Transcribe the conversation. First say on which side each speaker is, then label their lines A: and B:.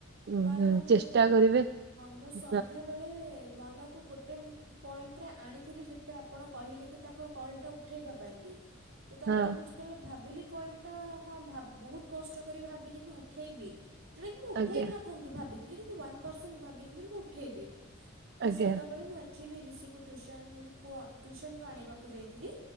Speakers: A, on the right (about 50°); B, on the right (about 85°).
A: ଉଁ
B: କାରଣ ମୁଁ
A: ଚେଷ୍ଟା କରିବେ
B: ମୁଁ
A: ହଁ
B: ସନ୍ଧ୍ୟାବେଳେ ମନକୁ ଗୋଟେ ପଏଣ୍ଟରେ ଆଣିଥିଲି ଯେଥିପାଇଁ ଆପଣ କହିଲେ କି ତାଙ୍କ କଲ୍ଟା ଉଠାଇବା ପାଇଁ। ତାପରେ
A: ହଁ
B: ମୁଁ ଯେତେବେଳେ ଭାବିଲି କଲ୍ଟା ହଁ ବହୁତ କଷ୍ଟ କରି ଭାବିଲି କି ଉଠେଇବି। ଯେଉଁଟାକି ମୁଁ ଉଠେଇ
A: ଆଜ୍ଞା।
B: ବି ଭାବିଥିଲି କିନ୍ତୁ ୱାନ ପର୍ସେଣ୍ଟ ଭାବିଥିଲି ମୁଁ ଉଠେଇବି ତ
A: ଆଜ୍ଞା
B: ସେତେବେଳେ ମୁଁଏତ ଆକ୍ଚୁଆଲି ରଋଷିକୁ ଟ୍ୟୁସନକୁ ଟ୍ୟୁସନୁରୁ ଆଣିବାକୁ ଯାଇଥିଲି।